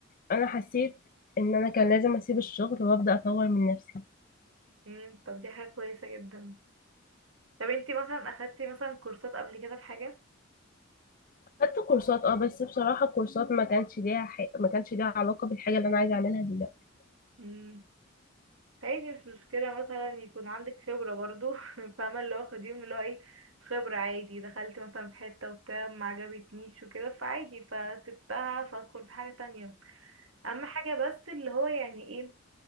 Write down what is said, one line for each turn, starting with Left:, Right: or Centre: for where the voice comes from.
Left: أنا حسيت إن أنا كان لازم أسيب الشغل وأبدأ أطور من نفسي
Right: مم. طب دي حاجة كويسة جدا طب انتي مثلا اخدتي مثلا كورسات قبل كده في حاجة
Left: خدت كورسات أه بس بصراحة الكورسات ما كانش ليها ح... ما كانش ليها علاقة بالحاجة اللي أنا عايزة أعملها دلوقتي
Right: امم عادي مش مشكلة مثلا يكون عندك خبرة برضو <laughs> فاهمة اللي هو خديهم اللي هو ايه خبرة عادي دخلت مثلا في حتة وبتاع ما عجبتنيش وكده فعادي فسبتها فادخل في حاجة تانية اهم حاجة بس اللي هو يعني ايه